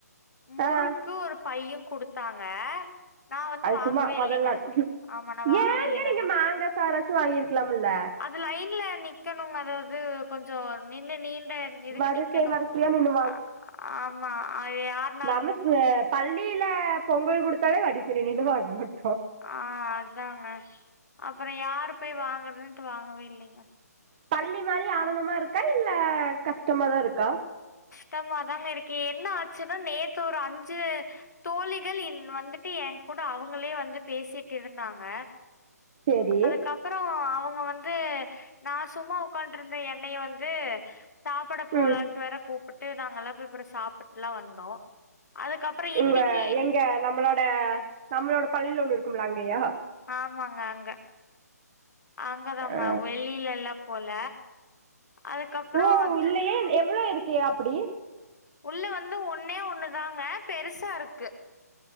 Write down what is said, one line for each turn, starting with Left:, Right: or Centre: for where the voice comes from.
Left: முறுக்கு
Right: ஆ
Left: ஒரு பையு குடுத்தாங்க நா வந்து
Right: அது
Left: வாங்கவே
Right: சும்மா மொதல்
Left: இல்லீங்க
Right: நாள்
Left: ஆமா நா வாங்கவே
Right: ஏங்க
Left: இல்லீங்க
Right: நீங்க
Left: அது
Right: மாங்கா சாராச்சு வாங்கிருக்கலாம்ல
Left: அது லைன்ல நிக்கணுங்க அதாவது கொஞ்சோ நின்னு நீண் இதுக்கு
Right: வரிசை
Left: நிக்கணு
Right: வரிசையா நின்னு
Left: ஆ ஆமா அது யார்
Right: நமக்கு பள்ளில பொங்கல் குடுத்தாலே வரிசேல நின்னு வாங்க மாட்
Left: ஆ அதாங்க அப்பறோ யாரு போய் வாங்கறதுன்ட்டு வாங்கவே இல்லீங்க
Right: பள்ளி மாரி ஆனந்தமருக்கா இல்ல கஷ்டமதாருக்கா
Left: டம்மாதாங்க இருக்கு என்ன ஆச்சுனா நேத்து ஒரு அஞ்சு தோழிகள் இன் வந்துட்டு ஏன் கூட அவுங்களே வந்து பேசிட் இருந்தாங்க
Right: சேரி
Left: அதுக்கப்பறோ அவங் ங்க வந்து நா சும்மா உக்காண்ட்ருந்த என்னய வந்து சாப்பட போலான்ட்
Right: ம்
Left: வேற கூப்புட்டு நாங்கல்லா பே அப்பற சாப்புட்லா வந்தோ அதுக்கப்புறோ
Right: இவ்ங்க
Left: இன்னிக்கி இன்
Right: எங்க நம்மளோட நம்ளோட பள்ளில ஒன்னு இருக்கும்லா அங்கயா
Left: ஆமாங்க அங்க அங்கதாங்க
Right: ஆ
Left: வெள்ளிலலா போல அதுக்கப்புறோ
Right: ஓ
Left: து
Right: இல்லயே எவ்ளோ இருக்கிய அப்புடி
Left: உள்ள வந்து ஒன்னே ஒன்னுதாங்க பெருசா இருக்கு